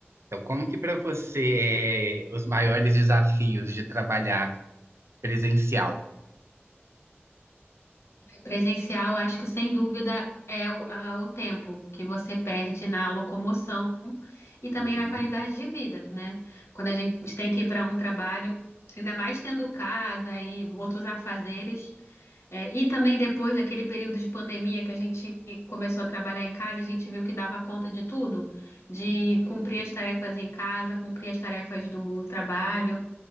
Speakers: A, on the right; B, on the left.
A: Então, como que para você é os maiores desafios de trabalhar presencial?
B: Presencial, acho que sem dúvida é o, a- o tempo que você perde na locomoção e
A: Uhum.
B: também na qualidade de vida, né? Quando a gente tem que ir para um trabalho, ainda mais tendo casa e outros afazeres, é, e também depois daquele período de pandemia que a gente começou a trabalhar em casa, a gente viu que dava conta de tudo, de cumprir as tarefas em casa, cumprir as tarefas do trabalho.